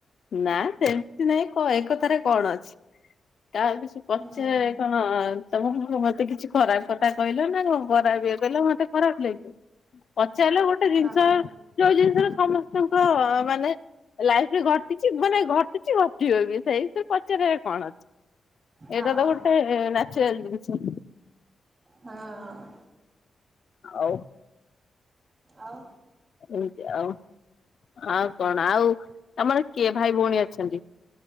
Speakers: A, on the left; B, on the right.
A: ନା ସେମତି ନାଇଁ କ, ଏକଥାରେ କଣ ଅଛି। କାଆକୁ କିଛି ପଚା
B: ହଁ
A: କଣ ତମକୁ ମୁଁ ମତେ କିଛି ଖରାପ୍ କଥା କହିଲ ନା, କଁ ଖରାପ୍ ବେ ଦେଲେ ମତେ ଖରାପ ଲାଗେ, ପଚାରିଲେ ଗୋଟେ ଜିନିଷ
B: ହଁ
A: ଯୋଉ ଜିନିଷରେ ସମସ୍ତଙ୍କ ମାନେ ଲାଇଫରେ ଘଟିଚି, ମାନେ ଘଟିଚି, ଘଟିବ ବି ସେଇ ଏତେରେ ପଚାରିବା କଣ ଅଚି,
B: ହଁ ହଁ
A: ଏଇଟା ତ ଗୋଟେ ନାଚୁରାଲ୍ ଜିନିଷ।
B: ହଁ ଅ
A: ଆଉ
B: ଆଉ
A: ଏମତି ଆଉ, ଆଉ କଣ, ଆଉ ତମର କିଏ ଭାଇ ଭଉଣୀ ଅଛନ୍ତି?